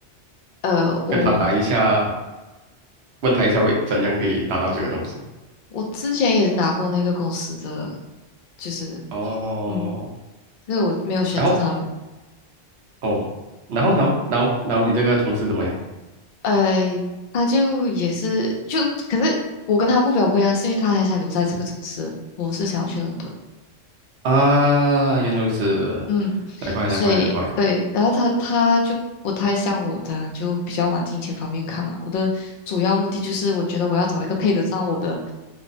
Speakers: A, on the left; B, on the right.
A: 呃，我
B: 跟他打一下，问他一下为怎样可以达到这个东西？
A: 我之前也拿过那个公司的，就是
B: 哦，
A: 嗯，就是我没有选择他们。
B: 然后哦，然后然后然后然后你这个同事怎么样？
A: 嗯。呃，他就也是就，可是我跟他目标不一样，是因为他还想留在这个城市，我是想要去伦敦，
B: 啊，原来如此，
A: 嗯，
B: 难怪难怪难怪，
A: 所以对，然后他他就不太像我的啊，就比较往金钱方面看嘛。我的主要目的就是，我觉得我要找一个配得上我的